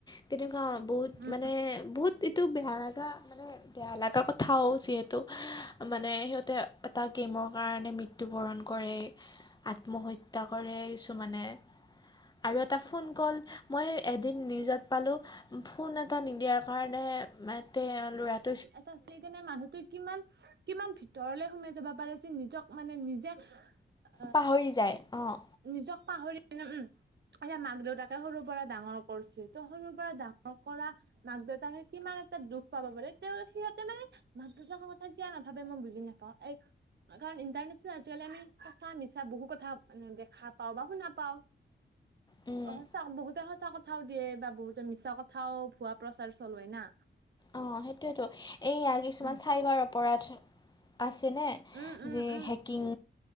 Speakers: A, on the left; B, on the right.
A: তেনেকুৱা বহুত
B: উম
A: মানে বহুত এইটো বেয়া লাগা মানে বেয়া লগা কথাও যিহেতু মানে সিহঁতে এটা গেমৰ কাৰণে মৃত্য ত্যুবৰণ কৰে, আত্মহত্যা কৰে কিছুমানে। আৰু এটা ফোন কল, মই এদিন নিউজত পালোঁ ফোন এটা নিদিয়াৰ কাৰণেহে <unintelligible>
B: এটা <unintelligible> মানুহতো কিমান কিমান ভিতৰলে সোমাই যাব পাৰে যে নিজক মানে নিজে অ
A: পাহৰি যায় অ'।
B: নিজক পাহৰি উম, এতিয়া মাক দেউতাকে সৰু পৰা ডাঙৰ কৰিছে ত' সৰু পৰা ডাঙৰ কৰা মাক দেউতাকে কিমান এটা দুখ পাব পাৰে। তৌ সিহঁতে মানে মাক দেউতাকৰ কথা কিয়া নাভাবে মই বুজি নাপাওঁ। এই কাৰণ ইণ্টাৰনেটটোত আজিকালি আমি সঁচা মিছা বহু কথা দেখা পাওঁ বা শুনা পাওঁ।
A: উম
B: অ' সঁচা বহুত তে সঁচা কথাও দিয়ে বা বহুতে মিছা কথাও ভুৱা প্ৰচাৰ চলে না।
A: অ' সেইটোৱেতো। এইয়া কিছুমান
B: উম
A: চাইবাৰ অপৰাধ আছেনে?
B: উম উম
A: যে
B: উম
A: হেকিং,